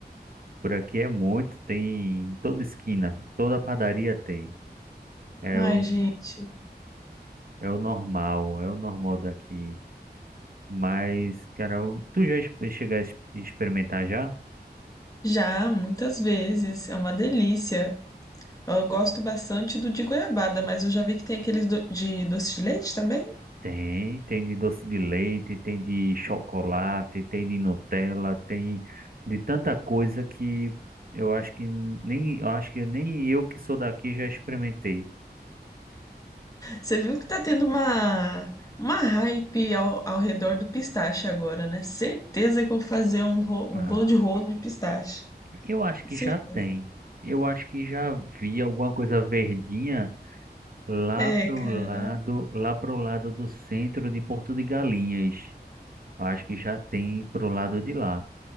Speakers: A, on the right; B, on the left.
A: Por aqui é muito, tem em toda esquina, toda padaria tem. É
B: Ai,
A: o,
B: gente,
A: é o normal, é o normal daqui. Mas, cara, o- tu já ex- chegar a ex- experimentar já?
B: já muitas vezes, é uma delícia. Eu gosto bastante do de goiabada, mas eu já vi que tem aqueles do- de doce de leite também.
A: Tem, tem de doce de leite, tem de chocolate, tem de Nutella, tem de tanta coisa que eu acho que nem, eu acho que nem eu que sou daqui já experimentei.
B: Você viu que tá tendo uma, uma hype ao, ao redor do pistache agora, né? Certeza que eu vou fazer um, ro-
A: Ah,
B: um bolo de rolo de pistache.
A: eu acho que
B: Certeza.
A: já tem. Eu acho que já vi alguma coisa verdinha. Lá
B: É,
A: pro
B: cara.
A: lado, lá pro lado do centro de Porto de Galinhas. Eu Acho que já tem pro lado de lá.